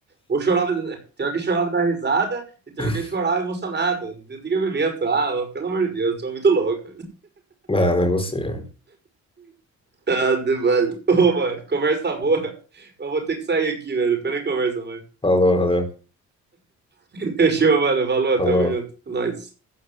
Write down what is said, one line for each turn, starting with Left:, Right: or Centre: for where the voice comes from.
Right: Ou chorava, tem hora que chorava da risada e tem
Left: <laughs>
Right: hora que chorava emocionado. Não tem cabimento. Ah, pelo amor de Deus, sou muito louco.
Left: Ah, não é possível.
Right: Ah, demais. Ô, mano, conversa boa. <laughs> Mas vou ter que sair aqui, velho. Depois nem conversa, mano.
Left: Falou, valeu.
Right: <laughs> Fechou, mano. Falou,
Left: Falou.
Right: tamo junto. Nós.